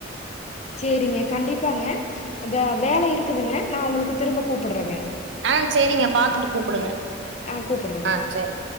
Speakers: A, on the left; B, on the right.
A: சேரிங்க கண்டிப்பாங்க இந்த வேல இருக்குதுங்க நா உங்ளுக்கு திரும்ப கூப்புடுறங்க
B: ஆ சேரிங்க பாத்துட்டு கூப்புடுங்க
A: ஆ கூப்புடுறேங்க.
B: ஆ சேரி